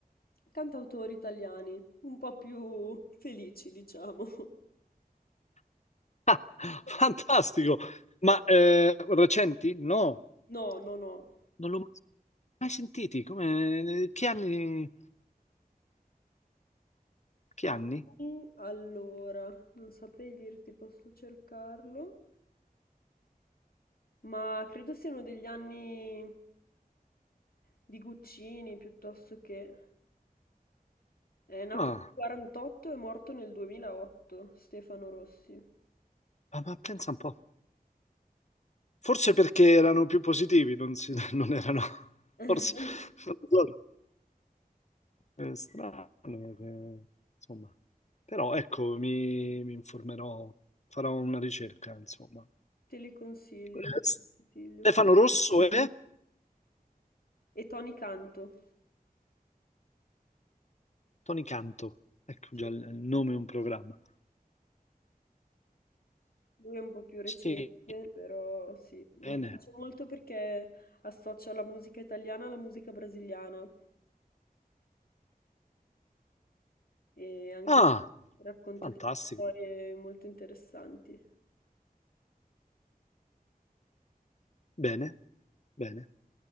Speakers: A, on the left; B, on the left.
A: Cantautori italiani, un po' più felici, diciamo.
B: <laughs> Ah,
A: Un po'
B: fantastico!
A: più-
B: Ma eh, recenti? No,
A: No, no, no.
B: non l'ho mai sentiti. Come... Che anni? Che
A: Anni,
B: anni?
A: allora, non saprei dirti, posso cercarlo, ma credo siano degli anni di Guccini piuttosto che... È nato
B: Ah.
A: nel 48 e morto nel 2008, Stefano Rossi.
B: Ah, ma pensa un po'. Forse perché erano più positivi, non, si- <laughs> non erano...
A: <laughs>
B: Forse... Non lo so. È strano, che- insomma. Però ecco, mi, mi informerò, farò una ricerca, insomma.
A: Te li consiglio,
B: Eh,
A: te li consiglio.
B: Stefano Rosso e
A: E Tony Canto.
B: Tony Canto. Ecco già
A: Sì,
B: il il nome è un programma.
A: Lui è un po' più recente,
B: Sì,
A: però sì, mi
B: bene.
A: piace molto perché associa la musica italiana alla musica brasiliana e anche
B: Ah,
A: lui racconta
B: fantastico.
A: delle storie molto interessanti.
B: Bene, bene.